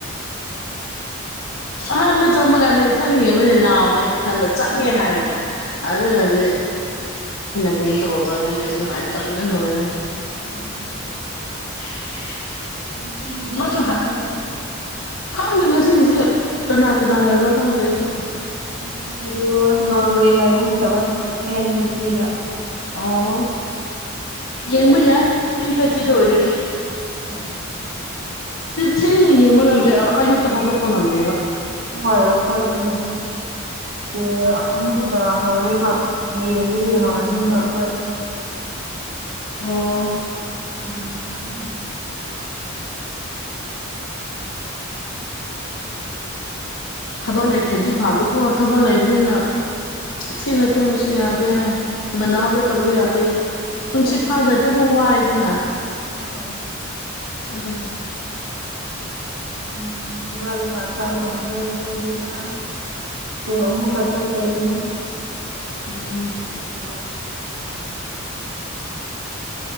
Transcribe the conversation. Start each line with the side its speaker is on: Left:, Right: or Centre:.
Left: ꯑꯍꯥꯟꯕ ꯆꯟꯕ ꯀꯥꯟꯗ ꯏꯊꯟ ꯌꯦꯡꯕꯅꯤꯅꯦ ꯂꯥꯎꯔꯦ ꯊꯟꯗ ꯆꯪꯉꯦ
Right: ꯍꯣꯏ
Left: ꯍꯥꯏꯔꯒ ꯑꯗꯨꯒꯗꯤ ꯀꯩꯅꯣ ꯇꯧꯕ꯭ꯔꯥ ꯈꯟꯗꯦ ꯅꯨꯡꯉꯥꯏꯅ ꯇꯕꯅ ꯂꯣꯏꯔꯦ
Right: ꯎꯝ
Left: <unintelligible>
Right: ꯉꯁꯤꯒꯗꯤ
Left: ꯃꯥꯁꯨ
Right: ꯌꯦꯡꯗꯣꯏꯔ ꯅꯪ
Left: ꯈꯪꯗꯦ ꯉꯁꯤꯁꯦ ꯀꯅꯥ ꯀꯅꯥ ꯂꯩꯕ꯭ꯔꯥ ꯈꯪꯗꯦ ꯑꯩꯁꯨ
Right: ꯉꯁꯤꯒꯤꯗꯨ ꯅꯣꯔꯋꯦ ꯂꯥꯏꯕꯒꯨꯝ ꯇꯧꯋꯦ ꯇꯦꯟ ꯊꯥꯔꯇꯤꯗ
Left: ꯑꯣ ꯌꯦꯡꯕ ꯌꯥꯏ ꯇꯦꯟ ꯊꯥꯔꯇꯤꯗ ꯑꯣꯏꯔꯗꯤ
Right: ꯎꯝ
Left: ꯊꯦꯡꯅ ꯌꯦꯡꯕ ꯉꯝꯗꯦ ꯑꯌꯨꯛꯇ ꯍꯧꯒꯠꯄ ꯉꯝꯗꯦꯕ
Right: ꯍꯣꯏ ꯑꯩꯈꯣꯏꯁꯨꯅꯦ ꯑꯣ ꯑꯃꯨꯛꯀ ꯍꯧꯔꯦꯕ ꯍꯌꯦꯡꯗꯒꯤ ꯍꯧꯔꯅꯤꯕ ꯑꯩꯈꯣꯏ
Left: ꯑꯣ
Right: ꯃꯥꯟꯗꯗ
Left: ꯊꯕꯛ ꯂꯩꯇꯗ꯭ꯔꯤ ꯐꯕꯀꯣ ꯊꯕꯛ ꯂꯩꯕꯅꯤꯅ ꯊꯦꯡꯅ ꯇꯣꯡꯕꯁꯨ ꯌꯥꯗꯦ ꯉꯟꯅ ꯍꯧꯒ ꯇꯧꯁꯨ ꯌꯥꯗꯦ ꯇꯨꯝꯁꯤ ꯐꯪꯗ꯭ꯔꯗꯤ ꯑꯃꯨꯛ ꯋꯥꯏꯗꯅ
Right: ꯑꯝ
Left: ꯑꯗꯨꯅꯦ
Right: ꯎꯝ ꯣꯒꯜ ꯐ ꯆ ꯇ ꯍꯗꯅꯤꯗꯨ ꯑꯣ ꯑꯃꯃꯨ ꯀꯠꯇ ꯇꯅꯣ
Left: ꯎꯝ
Right: ꯍ